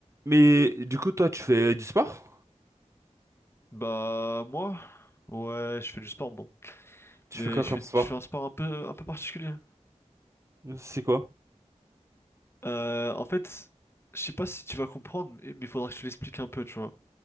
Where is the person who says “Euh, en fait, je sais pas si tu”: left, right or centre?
Left